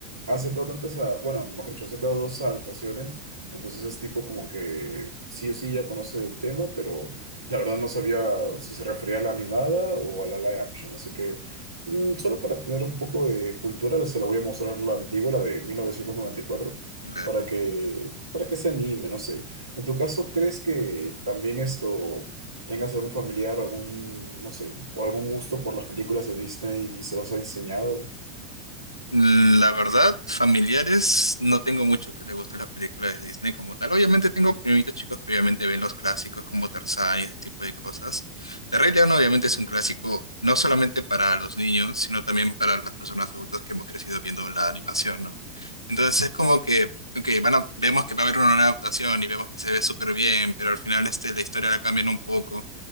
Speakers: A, on the right; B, on the left.
A: ha sacado tantas, a- bueno, mejor dicho, ha sacado dos adaptaciones. Entonces es tipo como que sí o sí ya conoce el tema, pero la verdad no sabía si se refería a la animada o a la live action. Así que mm, solo para tener un poco de cultura, se la voy a mostrar la antigua, la de 1994
B: claro.
A: para que, para que se anime, no sé. En tu caso, ¿crees que también esto tengas algún familiar, algún, no sé, o algún gusto por las películas de Disney y se los ha enseñado.
B: La verdad, familiares, no tengo muchos que les gusten las películas de Disney como tal. Obviamente tengo primitos chicos que obviamente ven los clásicos como Tarzán y ese tipo de cosas. El Rey León obviamente es un clásico no solamente para los niños, sino también para las personas adultas que hemos crecido viendo la animación, ¿no? Entonces es como que, ok, van a- vemos que va a haber una nueva adaptación y vemos que se ve súper bien, pero al final este, la historia la cambian un poco.